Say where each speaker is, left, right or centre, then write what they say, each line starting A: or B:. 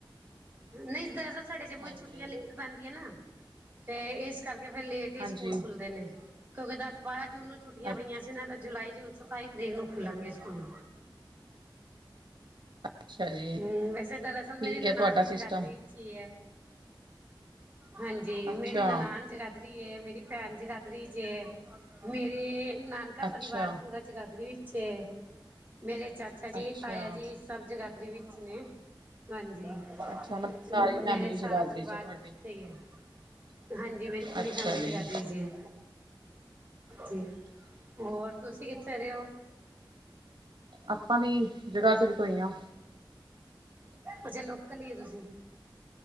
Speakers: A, on the right; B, on the right.
A: ਨਈ ਵੈਸੇ ਸਾਡੇ ਜੰਮੂ
B: ਹਾਂਜੀ
A: ਚ ਛੁੱਟੀਆਂ ਲੇਟ ਪੈਂਦੀਆਂ ਨਾ। ਤੇ ਇਸ ਕਰਕੇ ਫੇਰ ਲੇਟ ਹੀ
B: ਹਾਂਜੀ
A: ਸਕੂਲ ਖੁੱਲਦੇ ਨੇ। ਕਿਉਂਕਿ ਦਸ ਬਾਰਾਂ ਜੂਨ ਨੂੰ ਛੁੱਟੀਆਂ
B: ਅੱ
A: ਪਈਆਂ ਸੀ ਨਾ ਤਾਂ ਜੁਲਾਈ ਚ। ਸਤਾਈ ਤਰੀਕ ਨੂੰ ਖੁੱਲਣਗੇ ਸਕੂਲ।
B: ਅੱਛਾ ਜੀ
A: ਹੂੰ ਵੈਸੇ ਦਰਅਸਲ
B: ਠੀਕ
A: ਮੇਰੀ ਨਨਾਨ
B: ਹੈ ਤੁਹਾਡਾ
A: ਵੀ
B: ਸਿਸਟਮ
A: ਸਈ ਅ ਹਾਂਜੀ
B: ਅੱਛਾ
A: ਮੇਰੀ ਨਨਾਨ ਜਗਾਧ ਰੀ ਮੇਰੀ ਪੈਨ ਜਗਾਦਰੀ ਚ ਏ। ਮੇਰੀ ਨਾਨੀ ਪੇਕਾ
B: ਅੱਛਾ
A: ਪਰਿਵਾਰ ਪੂਰਾ ਜਗਾਦਰੀ ਚ ਐ। ਮੇਰੇ ਚਾਚਾ ਜੀ
B: ਅੱਛਾ
A: ਤਾਯਾ ਜੀ ਸਭ ਜਗਾਦਰੀ ਵਿੱਚ ਨੇ, ਹਾਂਜੀ। <unintelligible>
B: ਅੱਛਾ ਮਤਲਬ ਸਾਰੀ
A: ਮੇਰੇ
B: ਫੈਮਿਲੀ
A: ਸਾਰਾ
B: ਜਗਾਦਰੀ
A: ਪਰਿਵਾਰ
B: ਚ ਤੁਹਾਡੀ
A: ਉੱਥੇ ਹੀ ਅ। ਹਾਂਜੀ ਮੇਰੀ ਪੂਰੀ
B: ਅੱਛਾ
A: ਫੈਮਿਲੀ
B: ਜੀ
A: ਜਗਾਦਰੀ ਵਿੱਚ ਏ। ਜੀ ਹੋਰ ਤੁਸੀਂ ਕਿੱਥੇ ਦੇ ਓ।
B: ਆਪਾਂ ਵੀ ਜਗਾਦਰੀ ਤੋਂ ਈ ਆ।
A: ਅੱਛਾ ਲੋਕਲ ਇ ਓ ਤੁਸੀਂ।